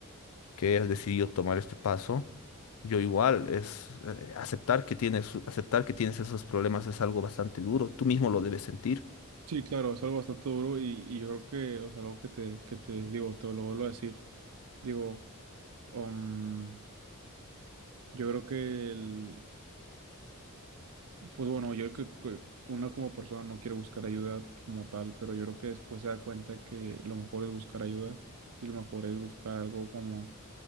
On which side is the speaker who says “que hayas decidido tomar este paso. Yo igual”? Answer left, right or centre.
Left